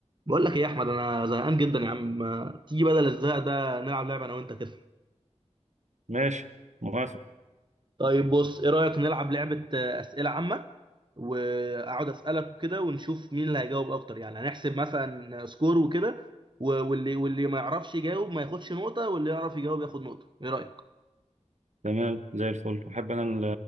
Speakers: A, on the right; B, on the right.
A: بقول لك ايه يا احمد انا زهقان جدا يا عم ما تيجي بدل الزهق ده نلعب لعبه انا وانت كده
B: ماشي موافق
A: طيب بص ايه رايك نلعب لعبه آه، اسئله عامه واقعد اسالك كده ونشوف مين اللي هيجاوب اكتر يعني هنحسب مثلا سكور وكده و- واللي واللي ما يعرفش يجاوب ما ياخدش نقطه واللي يعرف يجاوب ياخد نقطه ايه رايك
B: تمام زي الفل احب انا ال-